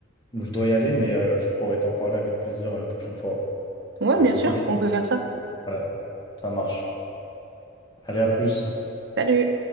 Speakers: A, on the left; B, on the right.
A: Bon, Je dois y aller, mais euh, je pourrais t'en parler avec plaisir une prochaine fois.
B: Ouais,
A: J'ai
B: bien
A: beaucoup
B: sûr,
A: de choses.
B: on peut faire ça.
A: Ouais, ça marche. Allez, à plus.
B: Salut!